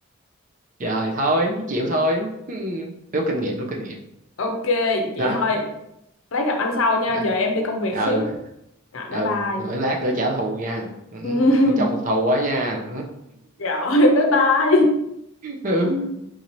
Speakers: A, on the right; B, on the left.
A: Trời thôi, thì chịu thôi. Ừ. Rút kinh nghiệm, rút kinh nghiệm.
B: ok vậy
A: Rồi,
B: thôi lát gặp anh sau nha
A: rồi.
B: giờ em đi công việc
A: Ừ,
B: xíu Rồi,
A: ừ,
B: bye bye
A: rồi lát nữa trả thù nha. Ừ.
B: <laughs>
A: Phải cho phục thù quá nha.
B: rồi bye bye
A: Ừ. <laughs>